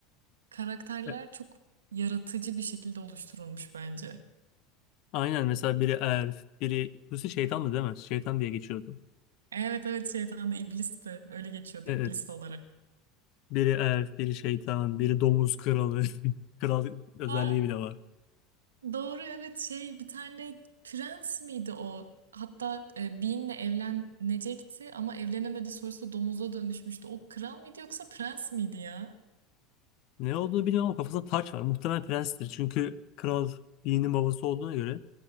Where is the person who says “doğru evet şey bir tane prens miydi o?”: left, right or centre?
Right